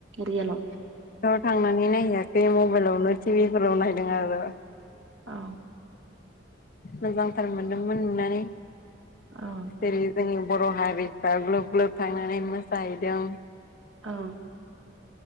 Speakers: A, on the right; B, on the left.
A: रियेलाव
B: औ थांनानै नायहैयाखै मबाइलावनो टिभि फोराव नायदों आरो।
A: औ
B: मोजांथार मोनदोंमोन नुनानै
A: औ
B: जेरै जोंनि बर' हारिफ्रा ग्लोब ग्लोब थांनानै मोसाहैदों।
A: औ